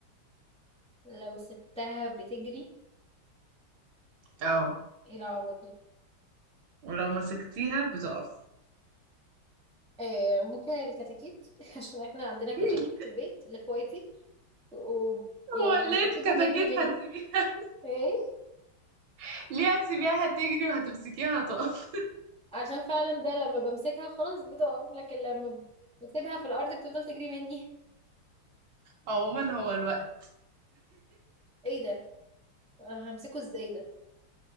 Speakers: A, in the centre; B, on the right (about 70°).
A: لو سبتها بتجري
B: اه
A: ايه العبط ده
B: ولو مسكتيها بتقف
A: آه، ممكن الكتاكيت <laughs> عشان احنا عندنا
B: <laughs>
A: كتاكيت في البيت لاخواتي ويعني
B: هو
A: لما
B: ليه
A: بسيبه
B: الكتاكيت
A: بيجري مني
B: هتسيبيها
A: ايه
B: <laughs> ليه هتسيبيها هتجري وهتمسكيها هتقف
A: عشان فعلا ده لما بمسكها خلاص بتقف لكن لما بسيبها في الارض بتفضل تجري مني
B: عموما هو الوقت
A: <laughs> ايه ده أنا همسكه ازاي ده